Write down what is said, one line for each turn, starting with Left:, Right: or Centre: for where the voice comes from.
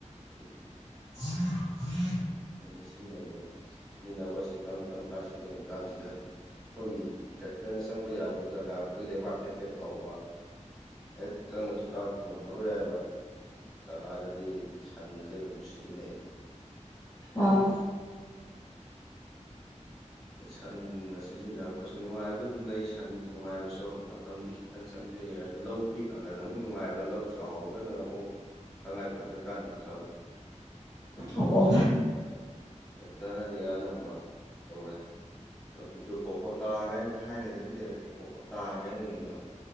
Centre: ꯍꯧꯖꯤꯛ
Left: ꯍ
Centre: ꯑꯗꯤ ꯁꯤꯗꯤꯅꯌꯦꯕ ꯁꯤꯖꯤꯟꯅꯕꯁꯤ ꯀꯔꯝ ꯀꯔꯝ ꯀꯥꯟꯗ ꯁꯤꯖꯤꯟꯅꯔꯤ ꯀꯥꯟꯁꯤꯗ ꯑꯩꯈꯣꯏꯒꯤ ꯇ꯭ꯔꯦꯛꯇꯔꯅ ꯆꯪꯕ ꯌꯥꯗꯕ ꯖꯒꯥ ꯑꯩꯒꯤ ꯂꯩꯕꯥꯛꯀꯤ ꯄꯦꯠ ꯂꯥꯎꯕ ꯑꯦ ꯆꯪꯉ ꯀꯥꯔꯛꯄ ꯉꯝꯃꯔꯣꯏ ꯍꯥꯏꯕ ꯖꯒꯥꯗꯗꯤ ꯁꯟꯁꯦ ꯑꯗꯨꯝ ꯁꯤꯖꯤꯟꯅꯩꯌꯦꯕ
Left: ꯑꯣ
Centre: ꯁꯟꯅ ꯁꯤꯖꯤꯟꯅꯔꯛꯄꯁꯨ ꯅꯨꯡꯉꯥꯏꯕ ꯑꯗꯨꯝ ꯂꯩ ꯁꯟꯒꯤ ꯅꯨꯡꯉꯥꯏꯕꯁꯨ ꯃꯇꯝꯗꯨ ꯈꯤꯇꯪ ꯆꯪ ꯐꯖꯩ ꯌꯥꯔꯁꯨ ꯂꯧ ꯄꯤꯛꯑꯒꯅ ꯑꯃꯨꯛ ꯅꯨꯡꯉꯥꯏꯕ ꯂꯧ ꯆꯥꯎꯔꯒꯅ ꯑꯃꯨꯛ ꯇꯉꯥꯏ ꯐꯗ꯭ꯔꯦ ꯀꯥꯟꯅ ꯄꯨꯊꯕ
Left: ꯑꯣ
Centre: ꯍꯦꯛꯇꯅꯗꯤ ꯑꯅꯝꯕ ꯇꯧꯔꯦ ꯑꯗꯨꯒ ꯀꯣꯀꯣꯇꯥꯒꯥꯏꯅ ꯊꯥꯏꯅꯗꯒꯤ ꯂꯩꯔꯛꯄ ꯀꯣꯀꯣꯇꯥꯒꯥꯏꯅ ꯂꯩꯔꯤꯗ